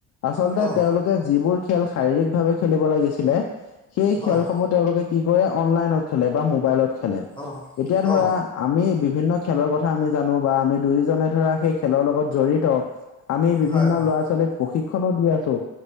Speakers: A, on the left; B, on the left.
A: আচলতে
B: অ
A: তেওঁলোকে যিবোৰ খেল শাৰীৰিকভাৱে খেলিব লাগিছিলে সেই
B: হয়
A: খেলসমূহ তেওঁলোকে কি কৰে অনলাইনত খেলে বা মোবাইলত খেলে।
B: অ
A: এতিয়া ধৰা
B: অ
A: আমি বিভিন্ন খেলৰ কথা আমি জানো বা আমি দুয়োজনে ধৰা সেই খেলৰ লগত জড়িত আমি বিভিন্ন
B: হয় হয়
A: ল'ৰা-ছোৱালীক প্ৰশিক্ষনো দি আছো,